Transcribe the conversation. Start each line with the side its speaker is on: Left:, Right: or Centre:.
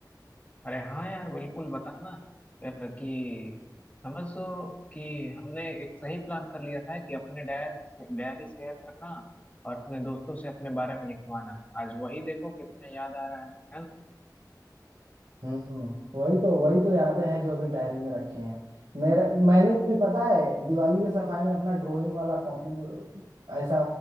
Left: अरे हाँ यार बिल्कुल बताना अ, कि समझो कि हमने एक सही प्लान कर लिया था कि अपने डायर से डायरी शेयर करना और अपने दोस्तों से अपने बारे में लिखवाना आज वही देखो कितना याद आ रहा है है ना
Right: हम्म वही तो वही तो यादें हैं जो अभी डायरी में रखी हैं मेरा मैंने भी पता है दिवाली की सफाई में अपना ड्राइंग वाला कॉपी ऐसा